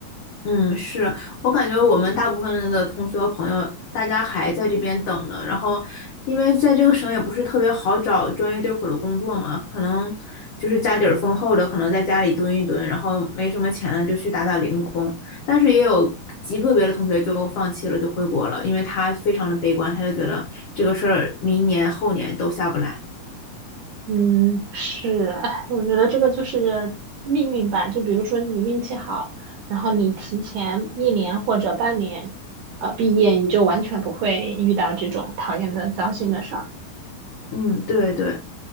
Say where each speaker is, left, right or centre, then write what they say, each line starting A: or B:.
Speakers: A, on the left; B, on the right.
A: 嗯，是我感觉我们大部分的同学和朋友，大家还在这边等呢。然后，因为在这个省也不是特别好找专业对口的工作嘛，可能就是家底儿丰厚的，可能在家里蹲一蹲，然后没什么钱了就去打打零工。但是也有极个别的同学就放弃了，就回国了，因为他非常的悲观，他就觉得这个事儿明年后年都下不来。
B: 嗯，是，哎我觉得这个就是命运吧。就比如说你运气好，然后你提前一年或者半年，呃，毕业，你就完全不会遇到这种讨厌的糟心的事儿。
A: 嗯，对对。